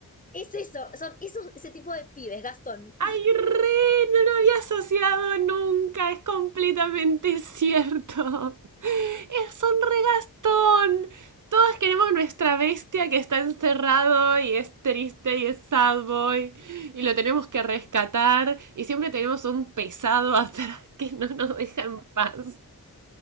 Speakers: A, on the left (about 20°); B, on the right (about 55°).
A: es eso, son esos, ese tipo de pibes, Gastón.
B: Ay, re, no lo había asociado nunca, es completamente cierto. Es un regastón. Todos queremos nuestra bestia que está encerrado y es triste y es sad boy y lo tenemos que rescatar y siempre tenemos un pesado atrás que no nos deja en paz.